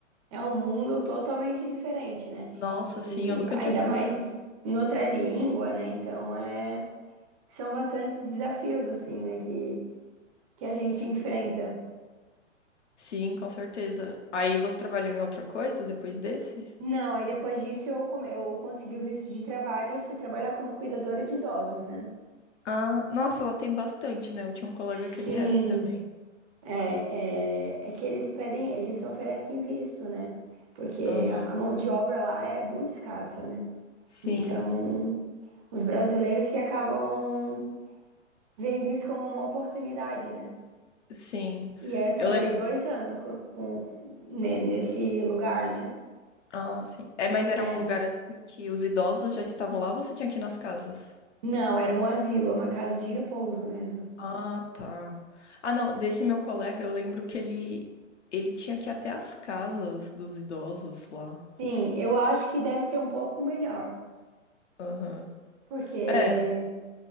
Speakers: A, on the right (about 30°); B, on the left (about 65°).
A: é um mundo totalmente diferente, né?
B: Nossa,
A: E
B: sim, eu nunca
A: ainda
B: tinha trabalhado.
A: mais em outra língua, né? Então é... são bastantes desafios, assim, né? Que, que a gente
B: Sim.
A: enfrenta.
B: Sim, com certeza. Aí você trabalhou em outra coisa depois desse?
A: Não, aí depois disso eu, come- eu consegui o visto de trabalho e fui trabalhar como cuidadora de idosos, né?
B: Ah, nossa, ela tem bastante, né? Eu tinha um colega
A: Sim.
B: que ele era também.
A: É, é, é que eles pedem, eles oferecem visto, né? Porque
B: Aham.
A: a mão de obra lá é muito escassa, né?
B: Sim,
A: Então,
B: sim.
A: os brasileiros que acabam vendo isso como uma oportunidade, né?
B: Sim.
A: E aí eu trabalhei
B: Eu lembro.
A: dois anos com, com- ne- nesse lugar, né?
B: Ah, sim. É, mas era
A: É.
B: um lugar assim que os idosos já estavam lá, ou você tinha que ir nas casas?
A: Não, era um asilo, uma casa de repouso mesmo.
B: Ah, tá. Ah, não, desse meu colega, eu lembro que ele ele tinha que ir até as casas dos idosos lá.
A: Sim, eu acho que deve ser um pouco melhor,
B: Aham.
A: porque,
B: É.